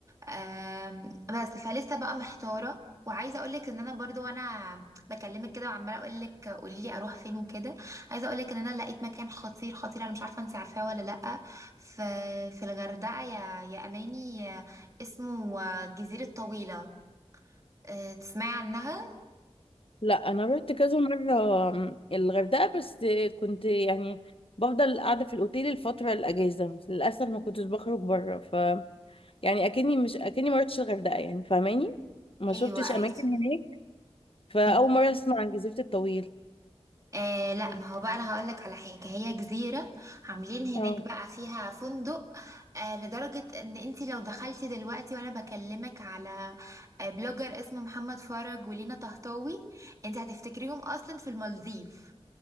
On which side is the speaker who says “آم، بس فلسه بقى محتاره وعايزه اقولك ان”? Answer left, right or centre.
Right